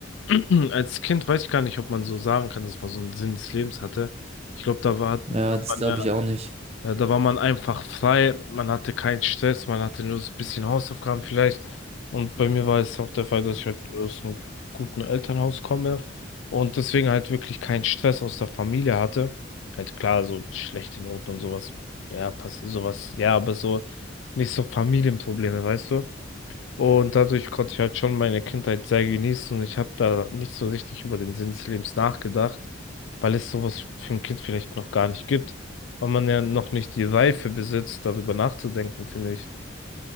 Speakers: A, on the left; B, on the right.
A: <clears throat> als Kind weiß ich gar nicht, ob man so sagen kann, dass man so einen Sinn des Lebens hatte. Ich glaube, da war, hat
B: Ja, das
A: man
B: glaube
A: ja
B: ich auch nicht.
A: Ja, da war man einfach frei, man hatte keinen Stress, man hatte nur so ein bisschen Hausaufgaben vielleicht. Und bei mir war es auch der Fall, dass ich halt aus einem guten Elternhaus komme und deswegen halt wirklich keinen Stress aus der Familie hatte. Halt klar, so schlechte Noten und sowas, ja, passiert sowas, ja, aber so nicht so Familienprobleme, weißt du? Und dadurch konnte ich halt schon meine Kindheit sehr genießen und ich habe da nicht so richtig über den Sinn des Lebens nachgedacht, weil es sowas für ein Kind vielleicht noch gar nicht gibt und man ja noch nicht die Reife besitzt, darüber nachzudenken, finde ich.